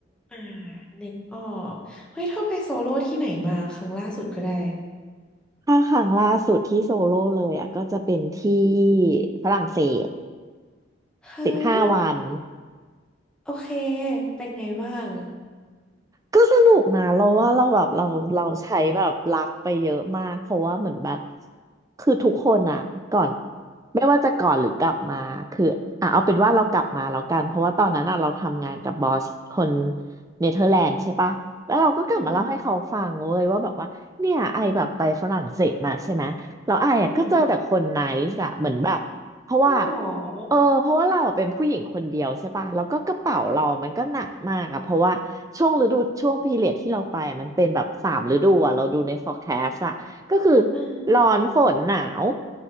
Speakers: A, in the centre; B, on the right (about 20°).
A: อ่านึกออกเฮ้ยเธอไปโซโล่ที่ไหนมาครั้งล่าสุดก็ได้
B: ถ้าครั้งล่าสุดที่โซโล่เลยอ่ะก็จะเป็นที่ฝรั่งเศส
A: เฮ้ย
B: สิบห้าวัน
A: โอเคเป็นไงบ้าง
B: ก็สนุกนะเราว่าเราแบบเราเราใช้แบบรักไปเยอะมากเพราะว่าเหมือนแบบคือทุกคนอ่ะก่อนไม่ว่าจะก่อนหรือกลับมาคืออ่ะเอาเป็นว่าเรากลับมาแล้วกันเพราะว่าตอนนั้นอ่ะเราทำงานกับบอสคนเนเธอร์แลนด์ใช่ปะแล้วเราก็กลับมาเล่าให้เขาฟังเว้ยว่าแบบว่าเนี่ยไอแบบไปฝรั่งเศสมาใช่ไหมแล้วไออ่ะก็เจอแต่คนไนซ์อะเหมือนแบบเพราะว่า
A: อืมอืมยังเหงอ
B: เออเพราะว่าเราเป็นผู้หญิงคนเดียวใช่ป่ะแล้วก็กระเป๋าเรามันก็หนักมากอะเพราะว่าช่วงฤดูช่วงพีเรียดที่เราไปอะมันเป็นแบบสามฤดูอะเราดูใน forecast อะก็คือ
A: อ่า
B: ร้อนฝนหนาว